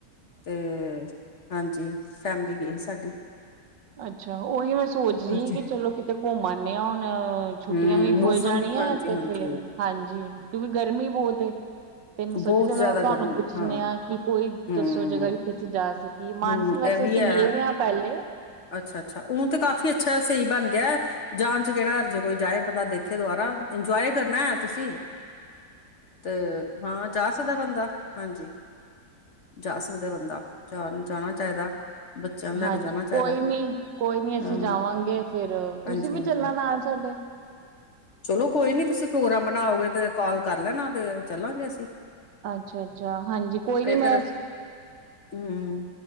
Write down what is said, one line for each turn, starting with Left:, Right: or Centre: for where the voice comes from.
Left: ਤੇ ਹਾਂਜੀ, ਫੈਮਿਲੀ ਗਈ ਸੀ ਸਾਡੀ।
Right: ਅੱਛਾ, ਉਹੀ ਮੈਂ ਸੋਚ ਰਹੀ ਸੀ,
Left: ਹਾਂਜੀ
Right: ਕਿ ਚਲੋ ਕਿਤੇ ਘੁੰਮ ਆਉਦੇ ਹੁਣ। ਛੁੱਟੀਆਂ
Left: ਹਮ
Right: ਵੀ
Left: ਮੌਸਮ
Right: ਖੁੱਲ ਜਾਣੀਆਂ
Left: ਵੀ ਹਾਂਜੀ
Right: ਤੇ
Left: ਹਾਂਜੀ
Right: ਫੇਰ ਹਾਂਜੀ, ਕਿਉਕਿ ਗਰਮੀ ਬਹੁਤ ਏ। ਤੇ ਮੈੰ
Left: ਬਹੁਤ
Right: ਸੋਚਿਆ ਚਲੋ,
Left: ਜ਼ਿਆਦਾ
Right: ਤੁਹਾਨੂੰ
Left: ਗਰਮੀ
Right: ਪੁੱਛਣੇ
Left: ਹਾਂ
Right: ਆ ਕਿ ਕੋਈ
Left: ਹਮ
Right: ਦੱਸੋ ਜਗ੍ਹਾ, ਜਿੱਥੇ ਅਸੀਂ ਜਾ ਸਕੇ ਇਹ
Left: ਹਮ
Right: ਮਾਨਸਰ, ਵੈਸੇ
Left: ਇਹ ਵੀ
Right: ਅਸੀਂ
Left: ਹੈ
Right: ਗਏ ਹੋਏ ਹਾਂ ਪਹਿਲੇ।
Left: ਅੱਛਾ ਅੱਛਾ, ਉਂ ਤੇ ਕਾਫ਼ੀ ਅੱਛਾ ਸਹੀ ਬਣ ਗਿਆ। ਜਾਣ 'ਚ ਕਿਹੜਾ ਹਰਜ਼ ਹੈ, ਕੋਈ ਜਾਏ ਬੰਦਾ ਦੇਖੇ! ਦੁਬਾਰਾ ਇੰਜੋਏ ਕਰਨਾ ਹੈ ਤੁਸੀਂ। ਤੇ ਹਾਂ ਜਾ ਸਕਦਾ ਬੰਦਾ ਹਾਂਜੀ। ਜਾ ਸਕਦਾ ਬੰਦਾ, ਜਾ ਜਾਣਾ ਚਾਹੀਦਾ। ਬੱਚਿਆਂ ਨੂੰ ਲੈ
Right: ਹਾਂਜੀ
Left: ਕੇ ਜਾਣਾ ਚਾਹੀਦਾ
Right: ਕੋਈ ਨੀ, ਕੋਈ ਨੀ ਅਸੀ
Left: ਹਾਂ
Right: ਜਾਵਾਂਗੇ ਫੇਰ ਤੁਸੀਂ
Left: ਹਾਂਜੀ
Right: ਵੀ
Left: ਹਾਂਜੀ
Right: ਚੱਲਣਾ ਨਾਲ ਸਾਡੇ।
Left: ਚਲੋ ਕੋਈ ਨੀ ਤੁਸੀਂ ਪ੍ਰੋਗਰਾਮ ਬਣਾਓਗੇ ਤੇ ਕਾਲ ਕਰ ਲੈਣਾ ਤੇ ਚੱਲਾਂਗੇ ਅਸੀ।
Right: ਅੱਛਾ-ਅੱਛਾ, ਹਾਂਜੀ ਕੋਈ ਨੀ ਮੈਂ
Left: ਫਿਰ ਹਮ